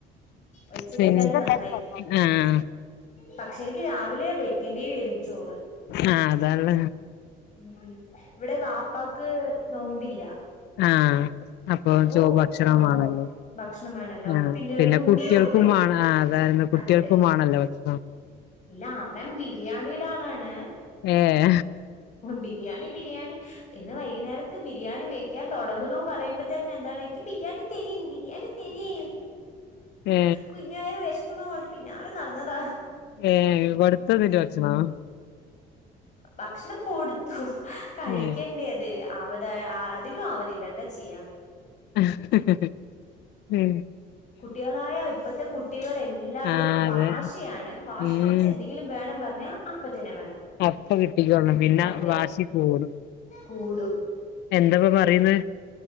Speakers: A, on the left; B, on the left.
A: വെച്ചത്
B: പിന്നെ
A: എന്തായാലും നന്നായി
B: ആഹ
A: പക്ഷെ എനിക്ക് രാവിലെ വെക്കേണ്ടി വരും ചോറ്
B: ആഹ അതാള്ള
A: ഉം ഇവിടെ വാപ്പാക്ക് നോമ്പില്ല
B: ആഹ അപ്പൊ
A: അപ്പോ
B: ഭക്ഷണമാണല്ലേ
A: ആഹ് ഭക്ഷണം വേണല്ലോ
B: ആ പിന്നെ
A: ഉണ്ണിയും
B: കുട്ടികൾക്കും
A: ഉണ്ട്
B: മാണം ആ അതായിരുന്നു കുട്ടികൾക്കുംമാണല്ലോ
A: അതെ
B: ഭക്ഷണം
A: ഇല്ല അവൻ ബിരിയാണിയുടെ ആളാണ്
B: ഏ
A: ബിരിയാണി ബിരിയാണി ഇന്ന് വൈകുന്നേരത്ത് ബിരിയാണി വ ക്ക്യാ തുടങ്ങുന്നൊ പറയുമ്പോ തന്നെ എന്താണ്ക്കിബിരിയാണി തെരീ ബിരിയാണി തെരീ
B: ഏ
A: കുഞ്ഞയർ വിശക്കുണ് പിന്നാലെ നടന്നതാ
B: ഏർ വറുത്തതില്
A: ഉം
B: വച്ച്ണച്ഛനാ
A: ഭക്ഷണം കൊടുത്തു കഴിക്കണ്ടേ
B: ഏ
A: അത് അവത അതിനും ആവതില്ല എന്താ ചെയ്യാ
B: ഹിഹി ഉം
A: കുട്ടികളായ ഇപ്പഴത്തെ കുട്ടികൾ എല്ലാവരും
B: ആ
A: വാശിയാണ്
B: അതെ
A: വാശിന്ന്
B: ഉം
A: വെച്ചാ എന്തെങ്കിലും വേണം പറ അപ്പ തന്നെ വേണം
B: അപ്പ കിട്ടിക്കോള്ളണം പിന്നെ
A: അതെ
B: വാശിക്കൂടും
A: കൂടും
B: ന്തപ്പ പറയുന്നേ